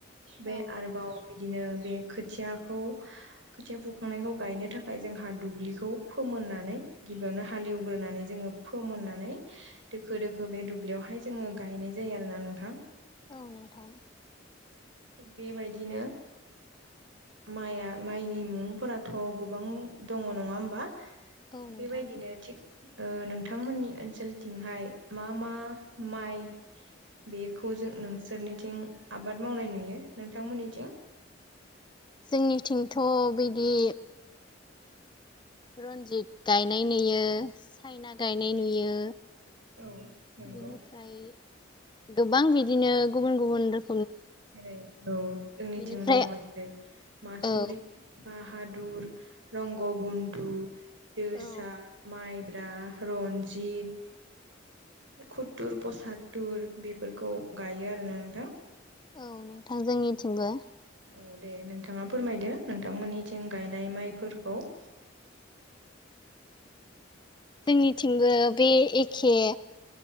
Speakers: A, on the left; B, on the right.
A: औ
B: बे आरोबाव बिदिनो बे खयाखौ खोथिया फुखांनायखौ गायनो थाखाय जोंहा दुब्लिखौ फोमोन नानै गिबियावनो हालेवग्रोनानै जोङो फो मोननानै दोखो दोखो बे दुब्लियावहाय जोङो गायनाय जायो आरोना नोंथां
A: औ नोंथां
B: थिग बेबायदिनो माइआ माइनि मुंफोराथ' गोबां दङ नङा होमबा
A: औ नोंथां
B: बेबायदिनो थिग नों नोंथांमोननि ओनसोलथिंहाय मा मा माइ बेखौ जों नोंसोरनिथिं आबाद मावनाय नुयो नोंथांमोननिथिं
A: जोंनिथिंथ' बिदि रन्जित गायनाय नुयो साइना गायनाय नुयो
B: औ नंगौ
A: बिनिफ्राय गोबां बिदिनो गुबुन गुबुन रोखोम
B: औ जोंनिथिं
A: बेनिफ्राय
B: दङ जेरै मासुरि
A: औ
B: बा हादुर रंग'बन्धु जोसा
A: औ
B: माइ ब्रा रनजित कुथुर पसातुर बेफोरखौ गायो आरोना नोंथां
A: औ नोंथां जोंनिथिंबो
B: औ दे नोंथाङा फोरमायदो नोंथांमोननिथिं गायनाय माइफोरखौ <inaudible>
A: जोंनिथिंबो बे एखे